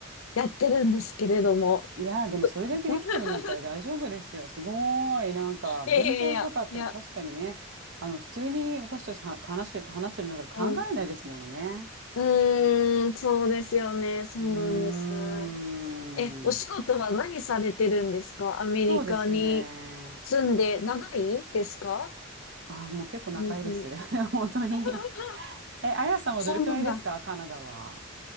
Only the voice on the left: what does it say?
やってるんですけれども。
<laughs>
いやいやいや、いや、
うん。うーん、そうですよね。そうなんです。
え、お仕事は何されてるんですかアメリカに
住んで長いですか
アメリカに
<laughs>
そうなんだ。